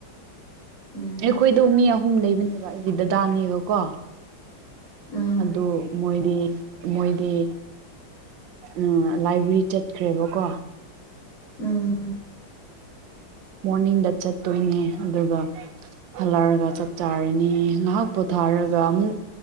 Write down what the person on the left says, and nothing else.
ꯎꯝ
ꯎꯝ
ꯎꯝ